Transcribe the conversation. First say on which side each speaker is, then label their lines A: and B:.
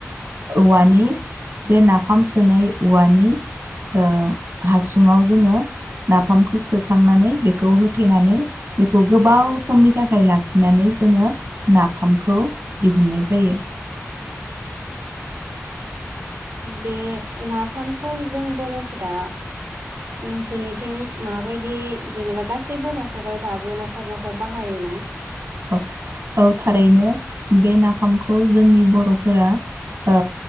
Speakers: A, on the right; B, on the right.
A: औवानि जे नाफाम सोनाय औवानि ओ हासुङाव जोङो नाफामखौ सोखांनानै बेखौ होथेनानै बेखौ गोबाव समनि थाखाय लाखिनानै जोङो नाफामखौ दिहुननाय जायो।
B: बे नाफामखौ जों बर'फोरा नोंसोरनिथिं माबायदि जेनेबा गासैबो न'खराव दाबो न'खर न'खर बाहायोना?
A: औ औ थारैनो बे नाफामखौ जोंनि बर'फोरा ओ